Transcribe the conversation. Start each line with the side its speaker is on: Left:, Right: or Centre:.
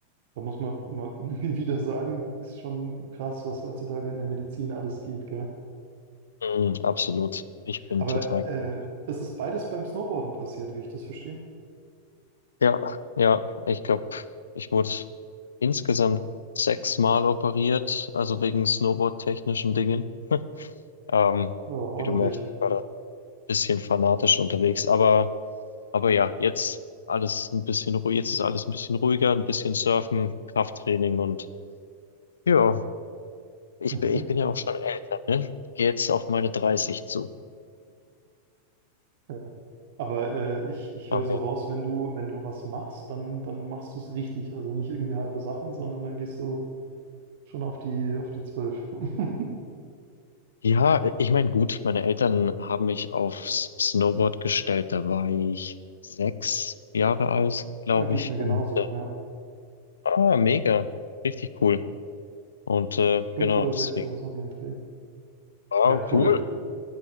Right: da muss man mal <laughs> irgendwie wieder sagen, ist schon krass, was heutzutage in der Medizin alles geht, gell?
Left: Mm, absolut. Ich bin
Right: Aber
Left: total.
Right: äh, das ist beides beim Snowboarden passiert, wie ich das verstehe.
Left: Ja, ja, ich glaube, ich wurde insgesamt sechsmal operiert, also wegen Snowboard-technischen Dingen. Ähm,
Right: Ja, ordentlich.
Left: wie du merkst, ich war da ein bisschen fanatisch unterwegs, aber, aber ja, jetzt alles ein bisschen ruhig, jetzt ist alles ein bisschen ruhiger, ein bisschen Surfen, Krafttraining und ja, ich
Right: Mhm.
Left: bin, ich bin ja auch schon älter, ne? Geh Jetzt auf meine 30 zu.
Right: Ja. Aber äh, ich, ich
Left: Aber
Right: höre so
Left: ja.
Right: raus, wenn du, wenn du was machst, dann, dann machst du es richtig. Also nicht irgendwie halbe Sachen, sondern dann gehst du schon auf die, auf die zwölf. <laughs>
Left: Ja, ich meine, gut, meine Eltern haben mich aufs Snowboard gestellt. Da war ich sechs Jahre alt, glaube
Right: Ja, geht
Left: ich.
Right: mir genauso,
Left: Und äh,
Right: ja.
Left: ah, mega, richtig cool. Und äh,
Right: Fünf
Left: genau,
Right: oder
Left: deswegen,
Right: sechs, sowas um den Dreh.
Left: wow,
Right: Ja,
Left: cool.
Right: cool.